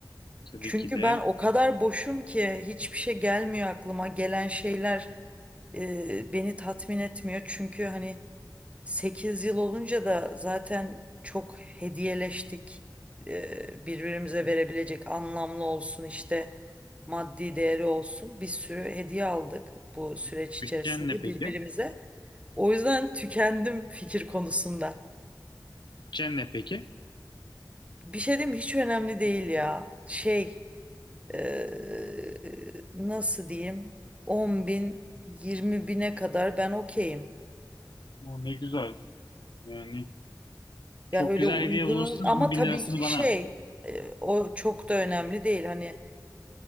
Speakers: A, on the left; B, on the right.
A: tabii
B: Çünkü
A: ki de.
B: ben o kadar boşum ki hiçbir şey gelmiyor aklıma. Gelen şeyler e, beni tatmin etmiyor. Çünkü hani 8 yıl olunca da zaten çok hediyeleştik. Ee, birbirimize
A: Hı
B: verebilecek anlamlı olsun işte maddi değeri olsun. Bir sürü hediye aldık bu
A: hı.
B: süreç
A: Bütçen
B: içerisinde
A: ne peki?
B: birbirimize. O yüzden tükendim fikir konusunda.
A: Bütçen ne peki?
B: Bir şey diyeyim mi? Hiç önemli değil ya. Şey ee, nasıl diyeyim? 10 bin 20 bine kadar ben okeyim.
A: O ne güzel. Yani çok
B: Ya öyle
A: güzel
B: uygunuz
A: hediye bulursun
B: ama
A: On bin
B: tabii
A: lirasını
B: ki
A: bana.
B: şey
A: at.
B: e, o çok da önemli değil. Hani